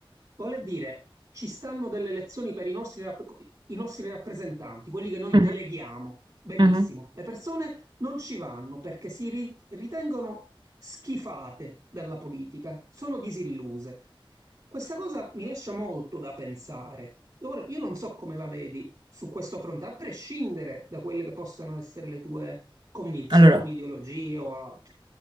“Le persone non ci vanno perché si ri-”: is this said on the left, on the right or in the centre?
Right